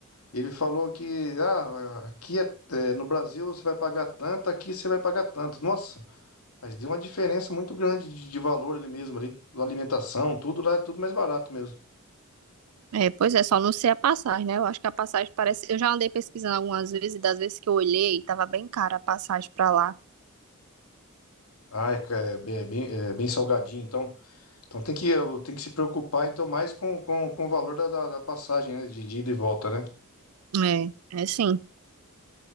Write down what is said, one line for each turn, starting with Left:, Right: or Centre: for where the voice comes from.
Left: ele falou que ah, aqui é- é, no Brasil você vai pagar tanto, aqui você vai pagar tanto. Nossa, mas deu uma diferença muito grande de, de valor ali mesmo ali, alimentação, tudo lá é tudo mais barato mesmo.
Right: É, pois é, só não sei a passagem, né? Eu acho que a passagem parece. Eu já andei pesquisando algumas vezes, e das vezes que eu olhei, tava bem cara a passagem pra lá.
Left: Ah, é, ca- é bem, é bem é bem salgadinho, então. Então tem que, eu- tem que se preocupar então mais com, com, com o valor da, da, da passagem, né? De, de ida e volta, né?
Right: É, é sim.